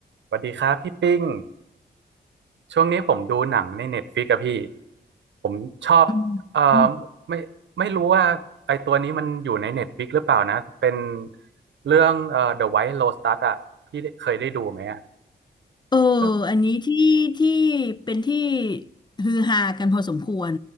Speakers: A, on the right; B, on the left.
A: สวัสดีครับพี่ปิ้งช่วงนี้ผมดูหนังในเน็ตฟ i ิกอะพี่ผมชอบเอ่อ
B: อืม
A: ไม่ไม่รู้ว่าไอตัวนี้มันอยู่ในเน็ตฟ i ิกหรือเปล่านะเป็นเรื่องเอ่อ The White Lotus อะพี่ได้เคยได้ดูไหมอะ
B: เออ
A: ก็
B: อันนี้ที่ที่เป็นที่ฮือฮากันพอสมควร